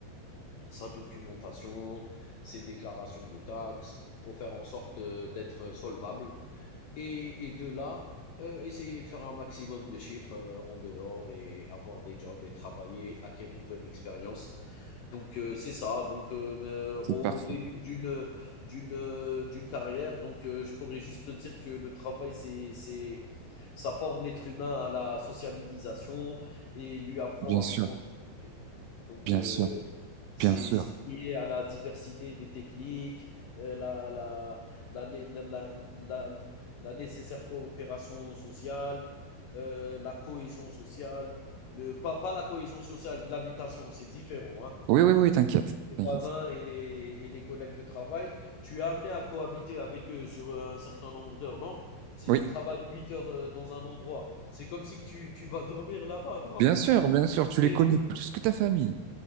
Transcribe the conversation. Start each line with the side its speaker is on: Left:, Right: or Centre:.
Left: sa documentation, ses déclarations de taxes. Il Faut faire en sorte, heu, d'être solvable et, et de là, euh, essayer de faire un maximum de chiffres euh, en dehors et avoir des jobs et travailler, acquérir de l'expérience. Donc euh, c'est ça. Donc euh, euh,
Right: C'est
Left: au,
Right: parfait.
Left: au début d'une d'une euh, d'une carrière, donc euh, je pourrais juste te dire que le travail c'est c'est ça forme l'être humain à la sociabilisation et lui apprend
Right: Bien
Left: à
Right: sûr,
Left: vivre en société. Donc
Right: bien
Left: euh,
Right: sûr,
Left: c'est
Right: bien sûr.
Left: c'est lié à la diversité des techniques, euh, la, la, la, né- la, la, la- la nécessaire coopération sociale, euh, la cohésion sociale, le, pas, pas la cohésion sociale de l'habitation, c'est différent. Hein.
Right: Oui, oui, oui, t'inquiète.
Left: Les
Right: t'inquiète.
Left: voisins et les, et les collègues de travail, tu as amené à cohabiter avec eux sur euh, un certain nombre d'heures, non? Si
Right: Oui,
Left: tu travailles 8 heures euh, dans un endroit, c'est comme si que tu, tu vas dormir là-bas, non?
Right: bien sûr,
Left: <laughs>
Right: bien sûr,
Left: 8
Right: tu
Left: heures
Right: les
Left: et
Right: connais
Left: tu...
Right: plus que ta famille.